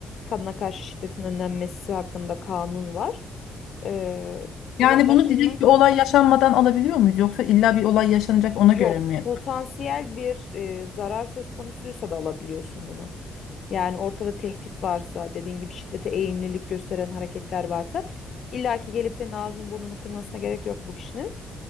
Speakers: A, on the left; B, on the left.
A: Kadına karşı şiddetin önlenmesi hakkında kanun var. E, uzaklaştırma
B: Yani bunu direkt bir olay yaşanmadan alabiliyor muyuz yoksa illa bir olay yaşanacak ona
A: yok
B: göre mi?
A: potansiyel bir e, zarar söz konusuysa da alabiliyorsun bunu. Yani ortada tehdit varsa dediğin gibi şiddete eğimlilik gösteren hareketler varsa illaki gelip senin ağzını burnunu kırmasına gerek yok bu kişinin.